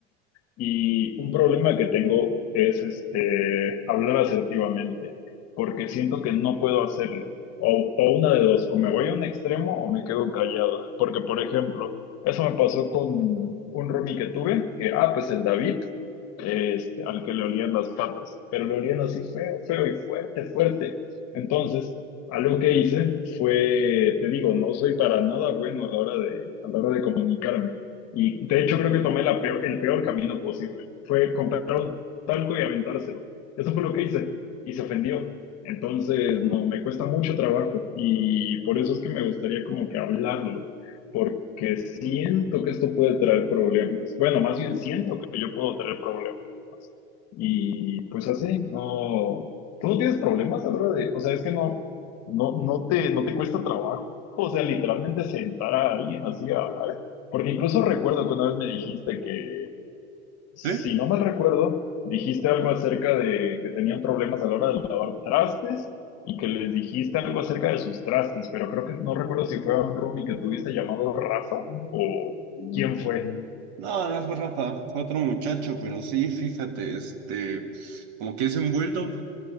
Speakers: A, on the left; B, on the right.
A: Y un problema que tengo es este, hablar asertivamente, porque siento que no puedo hacerlo. O, o una de dos, o me voy a un extremo o me quedo callado. Porque, por ejemplo, eso me pasó con un roomie que tuve, que, ah, pues el David, este, al que le olían las patas, pero le olían así feo, feo y fuerte, fuerte. Entonces, algo que hice fue, te digo, no soy para nada bueno a la hora de, a la hora de comunicarme. Y de hecho creo que tomé la peor- el peor camino posible. Fue comprar un talco y aventárselo. Eso fue lo que hice. Y se ofendió. Entonces, no, me cuesta mucho trabajo. Y por eso es que me gustaría como que hablarlo. Porque siento que esto puede traer problemas. Bueno, más bien siento que yo puedo traer problemas. Y pues así, no. ¿Tú no tienes problemas a la hora de- O sea, es que no, no, no te, no te cuesta trabajo. O sea, literalmente sentar a alguien así a hablar. Porque incluso recuerdo que una vez me dijiste que, si
B: ¿Sí?
A: no mal recuerdo, dijiste algo acerca de que tenían problemas a la hora de lavar trastes y que les dijiste algo acerca de sus trastes, pero creo que no recuerdo si fue a un roomie que tuviste llamado Rafa o quién fue.
B: No, no fue Rafa, fue otro muchacho, pero sí, fíjate, este, como que es envuelto.